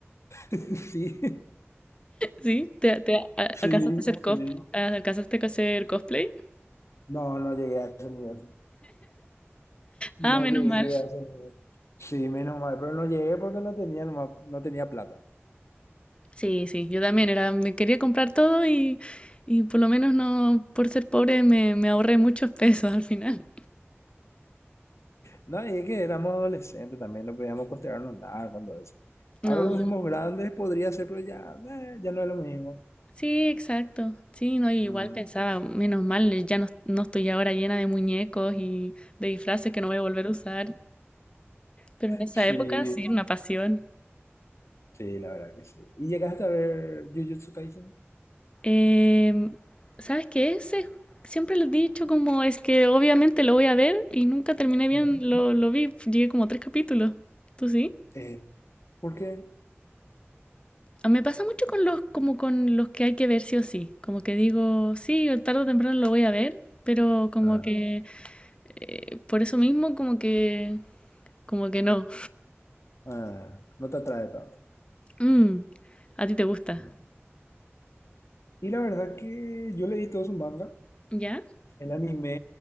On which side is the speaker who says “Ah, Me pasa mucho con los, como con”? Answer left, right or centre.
Left